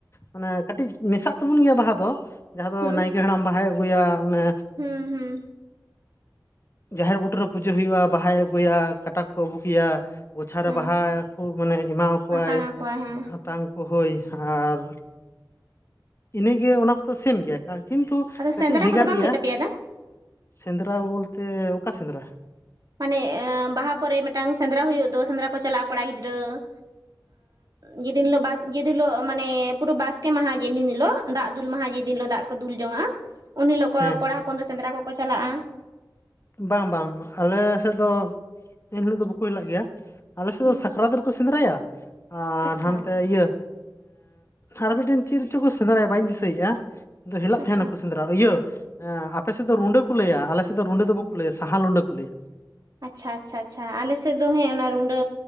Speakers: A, on the left (about 35°); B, on the right (about 55°).
A: ᱢᱟᱱᱮ ᱠᱟᱹᱴᱤᱡ ᱢᱮᱥᱟᱜ ᱛᱟᱵᱚᱱ ᱜᱮᱭᱟ ᱵᱟᱦᱟ ᱫᱚ᱾ ᱡᱟᱦᱟᱸ ᱫᱚ
B: ᱦᱩᱸ?
A: ᱱᱟᱭᱠᱮ ᱦᱟᱲᱟᱢ ᱵᱟᱦᱟᱭ ᱟᱹᱜᱩᱭᱟ ᱚᱱᱮ
B: ᱦᱩᱸ ᱦᱩᱸ᱾
A: ᱡᱟᱦᱮᱨ ᱵᱩᱴᱩᱨ ᱨᱮ ᱯᱩᱡᱟᱹ ᱦᱩᱭᱩᱜ-ᱟ᱾ ᱵᱟᱦᱟᱭ ᱟᱹᱜᱩᱭᱟ, ᱠᱟᱴᱟ ᱠᱚᱠᱚ ᱟᱹᱵᱩᱠᱮᱭᱟ᱾ ᱜᱚᱪᱷᱟᱨ
B: ᱦᱮᱸ
A: ᱨᱮ ᱵᱟᱦᱟ ᱠᱚ ᱢᱟᱱᱮ ᱮᱢᱟᱣ ᱟᱠᱚᱣᱟᱭ᱾
B: ᱟᱛᱟᱝ ᱟᱠᱚᱣᱟ ᱦᱮᱸ᱾
A: ᱟᱛᱟᱝ ᱠᱚ ᱦᱳᱭ ᱟᱨ ᱤᱱᱟᱹᱜᱮ ᱚᱱᱟ ᱠᱚᱫᱚ ᱥᱮᱢ ᱜᱮᱭᱟ ᱠᱟ ᱠᱤᱱᱛᱩ
B: ᱟᱫᱚ ᱥᱮᱸᱫᱽᱨᱟ
A: ᱠᱟᱹᱴᱤᱡ ᱵᱷᱮᱜᱟᱨ
B: ᱠᱚᱫᱚ ᱵᱟᱝ
A: ᱜᱮᱭᱟ᱾
B: ᱦᱩᱭᱩᱜ ᱛᱟᱯᱮᱭᱟ ᱫᱟ?
A: ᱥᱮᱸᱫᱽᱨᱟ ᱵᱚᱞᱛᱮ ᱚᱠᱟ ᱥᱮᱸᱫᱽᱨᱟ?
B: ᱢᱟᱱᱮ ᱵᱟᱦᱟ ᱯᱚᱨᱮ ᱢᱤᱫᱴᱟᱝ ᱥᱮᱸᱫᱽᱨᱟ ᱦᱩᱭᱩᱜ ᱫᱚ ᱥᱮᱸᱫᱽᱨᱟ ᱠᱚ ᱪᱟᱞᱟᱜᱼᱟ ᱠᱚᱲᱟ ᱜᱤᱫᱽᱨᱟᱹ ᱾ ᱡ ᱫᱤᱱ ᱦᱤᱞᱳᱜ ᱵᱟᱥ ᱡᱮᱫᱤᱱ ᱦᱳᱜ ᱢᱟᱱᱮ ᱯᱩᱨᱟᱹ ᱵᱟᱥ ᱠᱮ ᱢᱟᱦᱟ ᱡᱮ ᱫᱤᱱ ᱦᱤᱞᱳᱜ ᱫᱟᱜ ᱫᱩᱞ ᱢᱟᱦᱟ ᱡᱮ ᱫᱤᱱ ᱦᱤᱞᱜ ᱫᱟᱜ ᱠᱚ ᱫᱩᱞ ᱡᱚᱝ ᱟᱼᱟ ᱩᱱ ᱦᱤᱞᱳᱜ
A: ᱦᱮᱸ
B: ᱠᱚᱲᱟ ᱦᱚᱯ ᱦᱚᱯᱚᱱ ᱫᱚ ᱥᱮᱸᱫᱽᱨᱟ ᱠᱚᱠᱚ ᱪᱟᱞᱟᱜᱼᱟ
A: ᱵᱟᱝ ᱵᱟᱝ ᱟᱞᱮ ᱥᱮᱫ ᱫᱚ ᱮᱱᱦᱤᱞᱳᱜ ᱫᱚ ᱵᱟᱠᱚ ᱦᱤᱞᱟᱜ ᱜᱮᱭᱟ ᱾ ᱟᱞᱮ ᱥᱮᱫ
B: ᱦᱩᱸ
A: ᱫᱚ ᱥᱟᱠᱨᱟᱛ ᱨᱮᱠᱚ ᱥᱮᱸᱫᱽᱨᱟᱭᱟ ᱟᱨ
B: ᱟᱪᱪᱷᱟ
A: ᱦᱟᱱᱛᱮ ᱤᱭᱟᱹ ᱟᱨ ᱢᱤᱫᱴᱮᱱ ᱪᱮᱫᱪᱚ ᱠᱚ ᱥᱮᱸᱫᱽᱨᱟᱭᱟ ᱵᱟᱹᱧ ᱫᱤᱥᱟᱹᱭᱮᱫᱼᱟ ᱫᱚ ᱦᱮᱞᱟᱜ
B: ᱟᱪᱪᱷᱟ
A: ᱛᱟᱦᱮᱱᱟᱠᱚ ᱥᱮᱸᱫᱽᱨᱟᱭ ᱤᱭᱟᱹ ᱟᱯᱮ ᱥᱮᱫ ᱫᱚ ᱨᱩᱰᱟᱹ ᱠᱚ ᱞᱟᱹᱭᱟ ᱟᱞᱮ ᱥᱮᱫ ᱫᱚ ᱨᱩᱸᱰᱟᱹ ᱫᱚ ᱵᱟᱠᱚ ᱞᱟᱹᱭᱟ ᱥᱟᱦᱟ ᱞᱩᱸᱰᱟᱹ ᱠᱚ ᱞᱟᱹᱭᱟ ᱾
B: ᱟᱪᱪᱷᱟ ᱟᱪᱪᱷᱟ ᱟᱪᱷᱟ ᱟᱞᱮ ᱥᱮᱫ ᱫᱚ ᱦᱮᱸ ᱚᱱᱟ ᱨᱩᱸᱰᱟᱹ